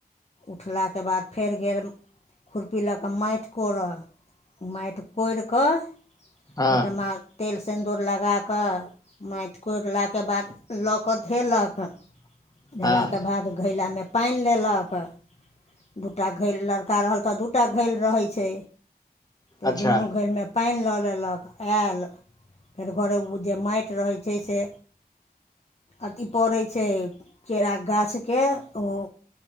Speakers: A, on the left (about 40°); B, on the left (about 25°).
A: उठलाके बाद फेर गेल खुरपी लऽ कऽ मेठ कोरऽ मेंठ‌ कोरिकऽ
B: हँ
A: ओहिठिमा तेल सिन्दूर लगा कऽ मेठ कोड़ला के बाद लऽ कऽ धेलक
B: हँ
A: धेला के बाद घैलामे पाइन लेलक दूटा घैल लड़का रहल तऽ दूटा घैल रहै छै तऽ
B: अच्छा
A: दुनू घैल मे पानि लऽ लेलक आयल फेर घरे ओ जे मयट रहै छै से अथी परय छै केरा गाछ के ओ